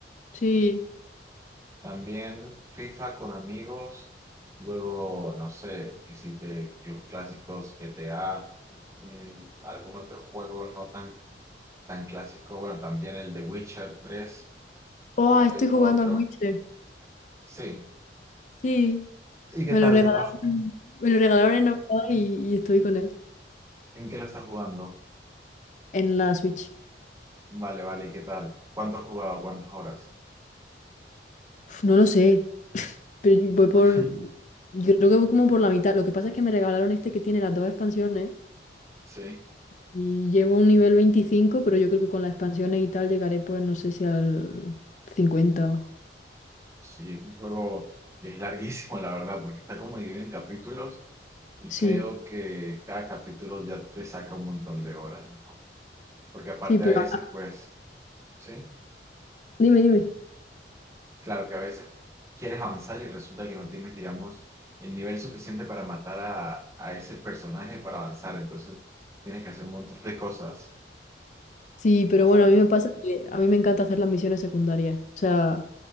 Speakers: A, on the left; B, on the right.
A: Sí.
B: También FIFA con amigos, luego, no sé, que sí que que los clásicos GTA, mm, algún otro juego no tan, tan clásico, bueno, también el de Witcher tres
A: Oh, estoy
B: y algún
A: jugando
B: otro,
A: al Witcher.
B: sí.
A: Sí.
B: ¿Y qué
A: Me
B: tal?
A: lo regalaron,
B: Ah,
A: me lo regalaron en Navidad y, y estoy con él.
B: ¿En qué lo estás jugando?
A: En la Switch.
B: Vale, vale, ¿y qué tal? ¿Cuánto has jugado? ¿Cuántas horas?
A: Uf, no lo sé, pero yo voy por...
B: <laughs>
A: Yo creo que voy como por la mitad. Lo que pasa es que me regalaron este que tiene las dos expansiones
B: Sí,
A: y llevo un nivel 25 pero yo creo que con las expansiones y tal llegaré pues no sé si al cincuenta
B: sí, es un juego que es larguísimo, la verdad, porque está como dividido en capítulos y
A: Sí,
B: creo que cada capítulo ya te saca un montón de horas. Porque aparte
A: sí, pero...
B: a veces,
A: ah,
B: pues, sí,
A: dime, dime.
B: claro que a veces quieres avanzar y resulta que no tienes, digamos, el nivel suficiente para matar a, a ese personaje para avanzar. Entonces, tienes que hacer un montón de cosas,
A: Sí, pero
B: ¿sabes?
A: bueno, a mí me pasa que a mí me encanta hacer las misiones secundarias. O sea,